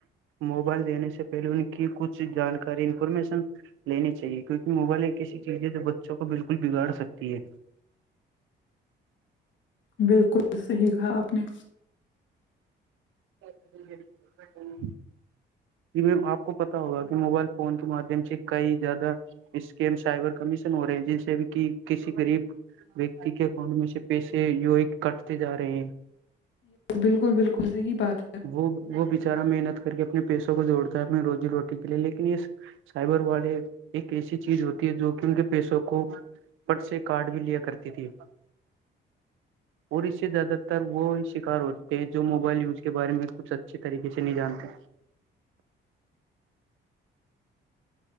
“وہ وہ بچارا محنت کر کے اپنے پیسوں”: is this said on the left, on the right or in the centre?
Right